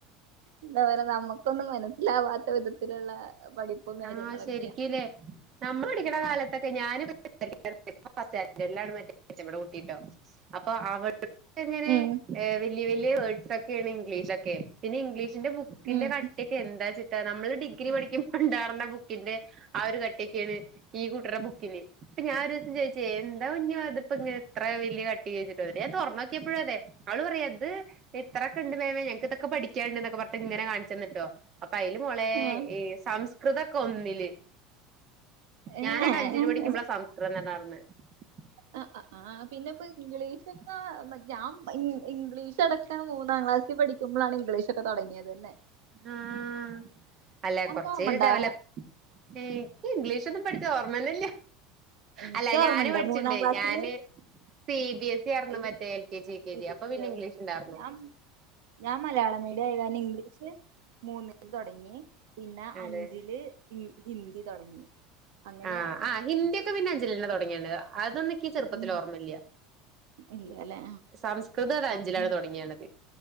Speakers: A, on the right (about 85°); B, on the right (about 30°).
A: എന്താ പറ നമുക്കൊന്നും മനസ്സിലാവാത്ത വിധത്തിലുള്ള പഠിപ്പും കാര്യങ്ങളൊക്കെയാ
B: ആ ശരിക്കല്ലേ നമ്മൾ പടിക്ക്ണ കാലത്തൊക്കെ <unintelligible> കുട്ടിട്ടോ അപ്പൊ <unintelligible> എങ്ങനെ
A: ഉം
B: വലിയ വലിയ വേർഡ്സ് ഒക്കെയാണ് ഇംഗ്ലീഷൊക്കെ പിന്നെ ഇംഗ്ലീഷിന്റെ ബുക്കിന്റെ
A: ഉം
B: ക ക്കൊക്കെ എന്താ ചിട്ടാ നമ്മള് ഡിഗ്രി പഠിക്കുമ്പോ ഉണ്ടാർന്ന ബുക്കിന്റെ ആ ഒരു കട്ടിയൊക്കെയാണ് ഈ കുട്രെ ബുക്കിന് ഇപ്പ ഞൻ ഒരുദിവസം ചോയ്ചെയ് എന്താ കുഞ്ഞോ ഇതിപ്പോ ഇത്ര വലിയ കട്ടി ചോദിചുട്ടൊ എന്നിട്ട് ഞാൻ തുറന്നോക്കിയപ്പോഴും അതെ അവള് പറയാ ഇത് ഇത്രൊക്കെ ഉണ്ട് മേമേ ഞങ്ങക്കിതൊക്കെ പഠിക്കാൻണ്ട് എന്നൊക്കെ പറഞ്ഞിട്ട് ഇങ്ങനെ കാണിച്ചു തന്നിട്ടോ അപ്പൊ അതില് മോളെ
A: ഉം
B: ഈ സംസ്കൃതൊക്കെ ഒന്നില്
A: ആഹ്
B: ഞാനൊക്കെ അഞ്ചില് പഠിക്കുമ്പോളാ സംസ്കൃതം <unintelligible>
A: അ ആ ആഹ് പിന്നെപ്പോ ഇംഗ്ലീ
B: <inaudible>
A: ഞാമ് ഇൻ ഇംഗ്ലീഷ് അടക്കം മൂന്നാം ക്ലാസ്സി പഠിക്കുമ്പളാണ് ഇംഗ്ലീഷൊക്കെ തുടങ്ങിയത് തന്നെ
B: ആഹ് അല്ലേ
A: അനക്ക്
B: കൊർച്ച്
A: ഓർമ്മണ്ടാ
B: ഡെവലപ് ഏഹ് ഇൻക്ക് ഇംഗ്ലീഷ് ഒന്നും പഠിച്ച ഓർമ്മന്നെല്ല
A: എനിക്ക്
B: അല്ല ഞാന്
A: ഓർമ്മണ്ട്
B: പഠിച്ചിണ്ടേയ്
A: മൂന്നാം ക്ലാസ്സില്
B: ഞാന് C B S C ആയിരുന്നു
A: E
B: മറ്റേ L K G U K
A: ഇരുപത്തിയാവില്ല.
B: G അപ്പൊ പിന്നെ ഇംഗ്ലീഷ്ണ്ടാർന്നു
A: ഞാൻ ഞാൻ മലയാളം മീഡിയം ആയകാരണം ഇംഗ്ലീഷ് മൂന്നില് തുടങ്ങി പിന്നെ
B: അതെ
A: അഞ്ചില് ഈ ഹിന്ദി തൊടങ്ങി അങ്ങനാരുന്നു
B: ആഹ് ആഹ് ഹിന്ദിയൊക്കെ പിന്നെ അഞ്ചിലെന്നെ തുടങ്ങിയെത് അതൊന്ന്ക്ക് ചെറുപ്പത്തിൽ
A: ഉം
B: ഓർമ്മല്ല
A: ഇല്ലല്ലേ
B: സംസ്കൃതം അഞ്ചിലാണ്
A: അങ്ങനെ
B: തൊടങ്ങിയെണത്